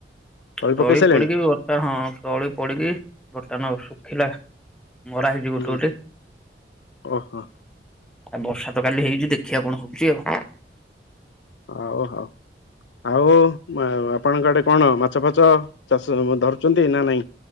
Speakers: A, in the centre; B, on the left.
A: ତଳି
B: ପକେଇ ସାରିଲେଣି?
A: ପଡିକି ବର୍ଷା, ହଁ ତଳି ପଡିକି ବର୍ଷା ନୁହଁ ଶୁଖିଲା। ମରା ହେଇଛି ଗୋଟେ,
B: ହୁଁ
A: ଗୋଟେ।
B: ଓହୋ
A: ଆଉ ବର୍ଷା ତ କାଲି ହେଇଛି। ଦେଖିବା କଣ, ହଉଛି ଆଉ।
B: ହଉ, ହଉ। ଆଉ। ଓ, ମା ଆପଣଙ୍କ ଆଡେ କଣ? ମାଛ, ଫାଛ ଚାଷ ଧରୁଛନ୍ତି ନା ନାଇଁ?